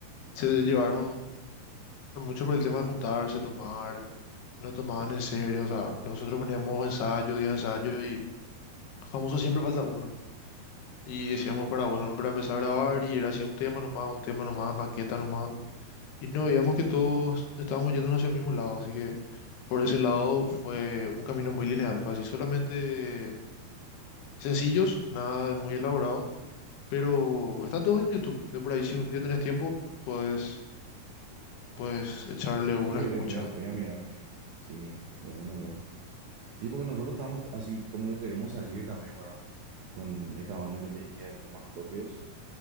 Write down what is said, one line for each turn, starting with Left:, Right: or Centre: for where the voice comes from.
Left: se llevaron mucho por el tema de juntarse, tomar, no tomaban en serio, o sea, nosotros poníamos ensayo y ensayo y famoso siempre falta uno. Y decíamos para, bueno, para empezar a grabar y era así un tema nomás, un tema nomás, maqueta nomás. Y no veíamos que todos estábamos yéndonos hacia el mismo lado, así que por ese lado fue un camino muy lineal, fue así, solamente sencillos, nada de muy elaborado, pero están todos en YouTube, de por ahí si un día tenés tiempo, pues, puedes echarle una
Right: Sí,
Left: escucha,
Right: voy a, voy a, voy a mirar, voy a mirar. Sí, de una luego. Sí, porque nosotros estamos así como que queremos salir también, ¿verdad? Con esta banda que te dije de temas propios.